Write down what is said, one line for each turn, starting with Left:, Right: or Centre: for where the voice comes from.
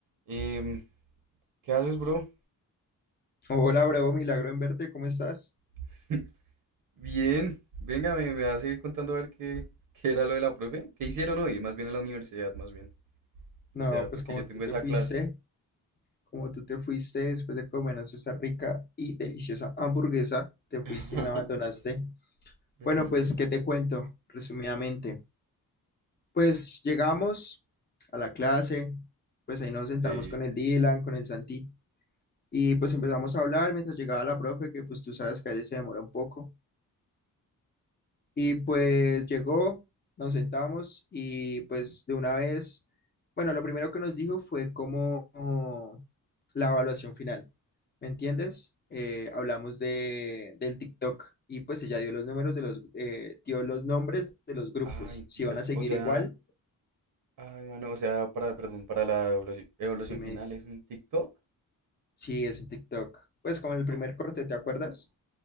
Right: Em, ¿qué haces, bro?
Left: Hola, bro, milagro en verte, ¿cómo estás?
Right: <laughs> Bien, venga, me, me vas a seguir contando a ver qué, qué era lo de la profe. ¿Qué hicieron hoy? Más bien en la universidad, más bien.
Left: No,
Right: O sea,
Left: pues
Right: porque
Left: como
Right: yo tengo
Left: tú te
Right: esa
Left: fuiste,
Right: clase.
Left: como tú te fuiste después de comernos esa rica y deliciosa hamburguesa, te fuiste
Right: <laughs>
Left: y me abandonaste.
Right: Ujú.
Left: Bueno, pues, ¿qué te cuento resumidamente? Pues llegamos a la clase, pues ahí nos sentamos
Right: Sí.
Left: con el Dylan, con el Santi, y pues empezamos a hablar mientras llegaba la profe, que pues tú sabes que a veces se demora un poco. Y pues llegó, nos sentamos y pues de una vez, bueno, lo primero que nos dijo fue como como la evaluación final, ¿me entiendes? Eh, hablamos de, del TikTok y pues ella dio los números de los, eh, dio los nombres de los grupos,
Right: Ay,
Left: si
Right: Dios.
Left: van a seguir
Right: O sea,
Left: igual,
Right: ay, mano, o sea, para, perdón, para la evaluación, evaluación
Left: dime,
Right: final
Left: dime.
Right: es un TikTok.
Left: Sí, es un TikTok. Pues como en el primer
Right: Ay,
Left: corte, ¿te acuerdas?
Right: no,